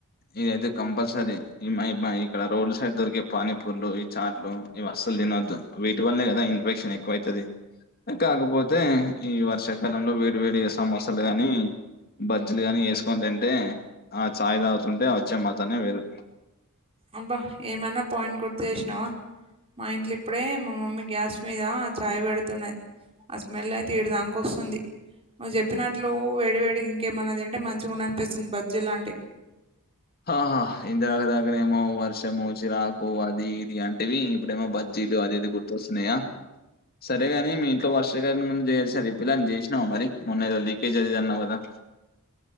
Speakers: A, on the left; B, on the right.
A: ఏదైతే కంపల్సరీ ఇమెయిడ్ మై రోడ్ల సైడ్ దొరికే పానీపూర్లు ఈ చాట్లు ఇవి అస్సలు తినొద్దు వీటి వల్నే కదా ఇన్ఫెక్షన్ ఎక్కువైతది కాకపోతే ఈ వర్షాకాలంలో వేడి వేడిగా సమోసాలు గాని బజ్జీలు గాని ఏస్కోని తింటే ఆ చాయ్ తాగుతుంటే వచ్చే మజాయే వేరు
B: అబ్బా ఏమన్నా పాయింట్ గుర్తు చేసినావా మా ఇంట్లు ఇప్పుడే మా మమ్మీ గ్యాస్ మీద ఆ చాయ్ పెడుతున్నది ఆ స్మెల్ అయితే ఏడదానక వస్తుంది నువ్వు చెప్పినట్లు వేడివేడి ఇంకేమన్నదింటే మంచిగుండనిపిస్తుంది బజ్జీ లాంటి
A: ఆహా ఇంతదాకానేమో వర్షము చిరాకు అది ఇది అంటివి ఇప్పుడేమో బజ్ యిలు అది ఇది గుర్తొస్తున్నాయా సరేగాని మీ ఇంట్లో వాషరీ మేమన్న జెస రిపిల్ అని జేశినవా మరి మొన్నేదో లీకేజ్ అదిదన్నవకదా <inaudible>